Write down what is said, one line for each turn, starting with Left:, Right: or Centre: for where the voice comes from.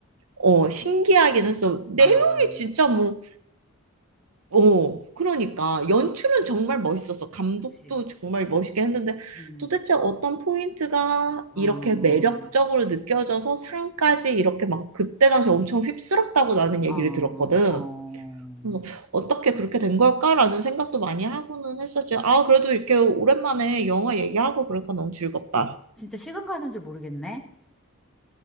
Right: 어, 신기하긴 했어. 내용이
Centre: 아,
Right: 진짜 뭐 어, 그러니까 연출은 정말 멋있었어. 감독도
Centre: 그치.
Right: 정말 멋있게 했는데
Centre: 음,
Right: 도대체 어떤 포인트가 이렇게
Centre: 어,
Right: 매력적으로 느껴져서 상까지 이렇게 막 그때 당시 엄청 휩쓸었다고 나는 얘기를
Centre: 어,
Right: 들었거든.
Centre: 어.
Right: 그래서 어떻게 그렇게 된 걸까라는 생각도 많이 하고는 했었지. 아, 그래도 이렇게 오랜만에 영화 얘기하고 그러니까 너무 즐겁다.
Centre: 진짜 시간 가는 줄 모르겠네.